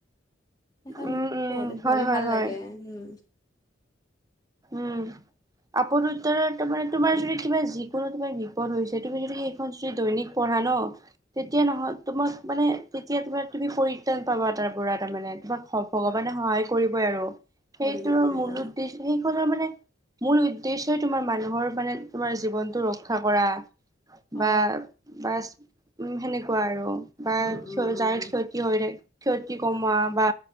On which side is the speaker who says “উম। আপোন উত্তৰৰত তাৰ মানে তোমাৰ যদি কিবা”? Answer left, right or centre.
Right